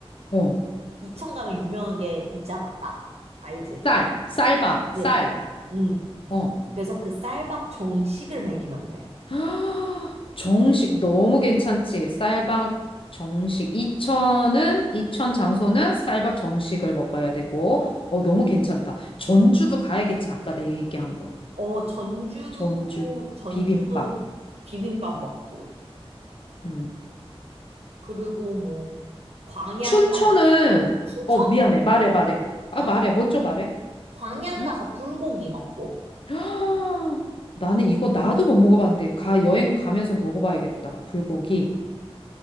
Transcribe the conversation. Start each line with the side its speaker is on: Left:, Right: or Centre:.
Left: 어.
Right: 이천 가면 유명한 게 있잖아, 딱. 알지?
Left: 쌀, 쌀밥,
Right: 그치?
Left: 쌀.
Right: 응.
Left: 어.
Right: 그래서 그 쌀밥 정식을 먹이면 돼.
Left: <gasps> 헉, 정식 너무 괜찮지? 쌀밥 정식 이천은 이천 장소는 쌀밥 정식을 먹어야 되고 어 너무 괜찮다. 전주도 가야겠지. 아까 내 얘기한 거.
Right: 어, 전주도,
Left: 전주
Right: 전주도
Left: 비빔밥.
Right: 비빔밥 먹고.
Left: 음.
Right: 그리고 뭐 광양
Left: 춘천은
Right: 가서 어, 춘천?
Left: 어 미안해. 말해 말해. 아
Right: 아,
Left: 말해. 먼저 말해.
Right: 광양
Left: 응?
Right: 가서 불고기 먹고.
Left: <gasps> 헉, 나는 이거 나도 못 먹어봤는데 가 여행 가면서 먹어봐야겠다. 불고기.